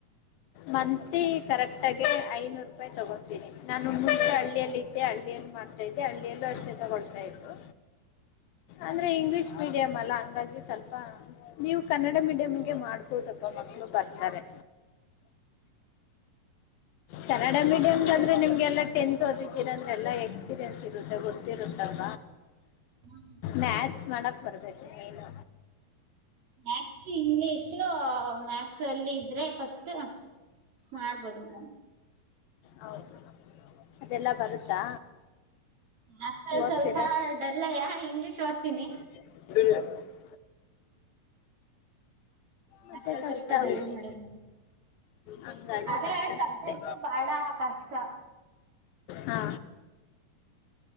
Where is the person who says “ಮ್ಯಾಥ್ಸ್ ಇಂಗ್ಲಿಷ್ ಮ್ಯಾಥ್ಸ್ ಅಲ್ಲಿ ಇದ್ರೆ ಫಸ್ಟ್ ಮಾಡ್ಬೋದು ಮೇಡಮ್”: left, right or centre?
Right